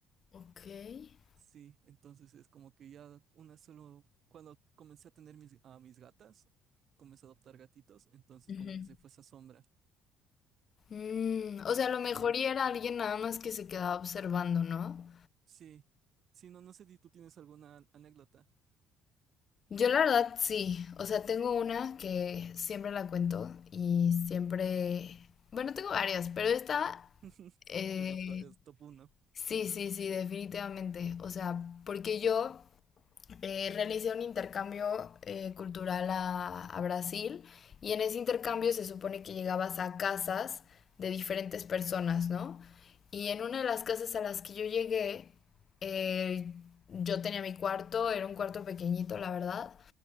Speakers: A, on the left; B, on the right.
A: ok.
B: Sí, entonces es como que ya una solo, cuando comencé a tener mis, a mis gatas, comencé a adoptar gatitos, entonces
A: Ujú.
B: como que se fue esa sombra.
A: Mm, o sea, a lo mejor
B: Sí,
A: y era alguien nada más que se quedaba observando, ¿no?
B: sí, sí, no, no sé si tú tienes alguna anécdota.
A: Yo la verdad sí, o sea, tengo una que siempre la cuento y siempre, bueno, tengo varias, pero esta,
B: <laughs>
A: eh,
B: Es la to- es top uno,
A: sí, sí, sí, definitivamente, o sea, porque yo eh, realicé un intercambio eh, cultural a, a Brasil y en ese intercambio se supone que llegabas a casas de diferentes personas, ¿no? Y en una de las casas a las que yo llegué, eh, yo tenía mi cuarto, era un cuarto pequeñito, la verdad,